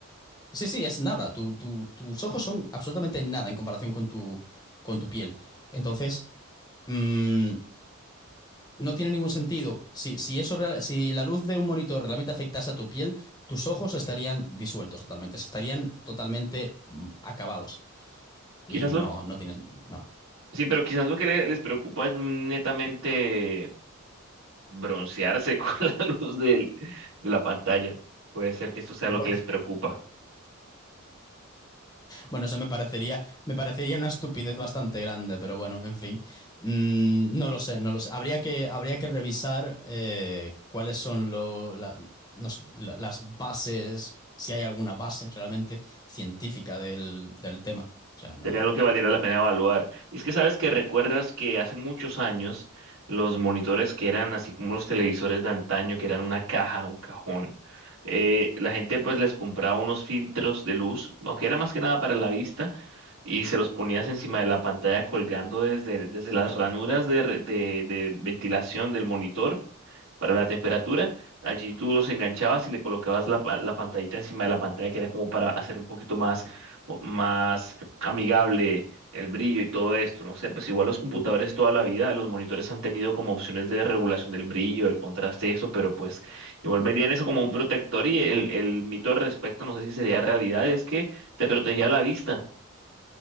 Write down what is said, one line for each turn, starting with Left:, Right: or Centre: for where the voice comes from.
Left: sí, sí, es nada, tu- tu- tus ojos son absolutamente nada en comparación con tu, con tu piel. Entonces, mm, No tiene ningún sentido. Si, si eso real- si la luz de un monitor realmente afectase a tu piel, tus ojos estarían disueltos totalmente, estarían totalmente mm, acabados.
Right: Quizás
Left: Y
Right: lo
Left: no,
Right: que...
Left: no tienes, no.
Right: Sí, pero quizás lo que le- les preocupa es netamente broncearse <laughs> con la luz del- de la pantalla. Puede ser que esto sea
Left: <laughs> Bu-
Right: lo que les preocupa.
Left: Bueno, eso me parecería, me parecería una estupidez bastante grande, pero bueno, en fin. Mm, no lo sé, no lo sé. Habría que, habría que revisar eh, cuáles son lo- la- no sé, la- las bases, si hay alguna base realmente científica del, del tema. O sea, no.
Right: Sería algo que valiera la pena evaluar. Y es que sabes que recuerdas que hace muchos años los monitores que eran así como los televisores de antaño, que eran una caja, un cajón, eh, la gente pues les compraba unos filtros de luz, aunque era más que nada para la vista, y se los ponías encima de la pantalla colgando desde, desde las ranuras de, re- de de ventilación del monitor para la temperatura. Allí tú los enganchabas y le colocabas la, pa- la pantallita encima de la pantalla, que era como para hacerlo un poquito más, o- más amigable el brillo y todo esto. No sé, pues igual los computadores toda la vida, los monitores han tenido como opciones de regulación del brillo, el contraste y eso, pero pues igual vendían eso como un protector y el, el mito al respecto, no sé si sería realidad, es que te protegía la vista.